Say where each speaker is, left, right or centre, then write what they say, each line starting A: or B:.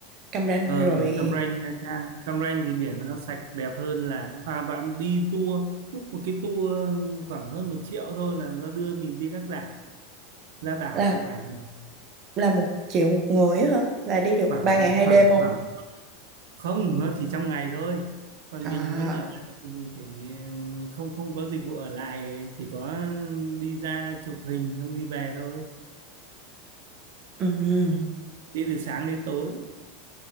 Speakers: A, on the right; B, on the right.
A: cam ranh
B: ờ
A: rồi
B: biển Cam Ranh Nha Trang Cam Ranh thì biển nó sạch đẹp hơn là à, bạn đi tour book một cái tour khoảng hơn một triệu thôi là nó đưa mình đi các đảo ra đảo
A: là
B: chụp ảnh
A: là một triệu một người á hả là đi được
B: khoảng
A: ba ngày hai
B: khoảng
A: đêm không
B: khoảng không nó chỉ trong ngày thôi còn
A: à
B: mình muốn ở lại thì mình phải không không có dịch vụ ở lại chỉ có đi ra chụp hình xong đi về thôi
A: ừ
B: đi từ sáng đến tối